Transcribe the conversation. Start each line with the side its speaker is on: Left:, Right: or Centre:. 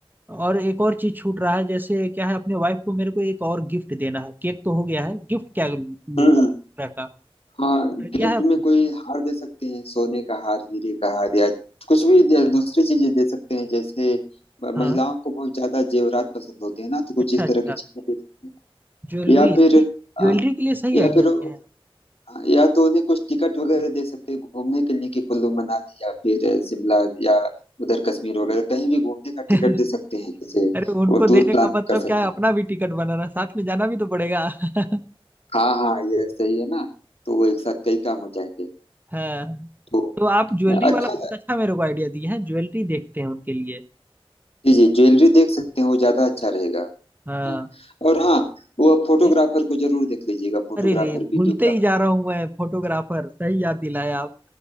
Right: और एक और चीज छूट रहा है जैसे क्या है अपने वाइफ को मेरे को एक और गिफ्ट देना है केक तो हो गया है गिफ्ट क्या लूं
Left: हम्म
Right: तरह
Left: हम्म।
Right: का
Left: हाँ
Right: आइडिया
Left: गिफ्ट
Right: है आपको
Left: में कोई हार दे सकते हैं सोने का हार हीरे का हार या कुछ भी दे- दूसरी चीजें दे सकते हैं जैसे म-
Right: हाँ
Left: महिलाओं को बहुत ज्यादा जेवरात पसंद होते हैं ना तो कुछ
Right: अच्छा
Left: इस
Right: अच्छा
Left: तरह की चीजें दे सकते हैं
Right: ज्वेलरी
Left: या फिर
Right: ज्वेलरी
Left: अ,
Right: के लिए सही
Left: या
Right: आइडिया
Left: फिर
Right: दिए
Left: अ,
Right: हैं
Left: या तो उन्हें कुछ टिकट वगैरह दे सकते हैं घूमने के लिए कि कुल्लू मनाली या फिर अ, शिमला या उधर कश्मीर वगैरह कहीं भी घूमने का टिकट
Right: आप <laughs>
Left: दे सकते हैं जैसे
Right: अरे उनको
Left: वो
Right: देने
Left: टूर प्लान
Right: का मतलब
Left: कर
Right: क्या
Left: सकते
Right: है
Left: हैं
Right: अपना भी टिकट बनाना साथ में जाना भी तो पड़ेगा <laughs>
Left: हाँ हाँ ये सही है ना तो वो एक साथ कई काम हो जाएंगे
Right: हाँ
Left: तो
Right: तो आप ज्वेलरी वाला
Left: अच्छा
Right: बहुत अच्छा मेरे को आइडिया दिए हैं ज्वेलरी देखते हैं उनके लिए
Left: जी जी ज्वेलरी देख सकते हैं वो ज्यादा अच्छा रहेगा
Right: हाँ
Left: हाँ और हाँ वो फोटोग्राफर
Right: ये-
Left: को जरूर देख लीजिएगा फोटोग्राफर
Right: अरे रे भूलते
Left: वीडियोग्राफर
Right: ही जा रहा हूँ मैं फोटोग्राफर सही याद दिलाया आप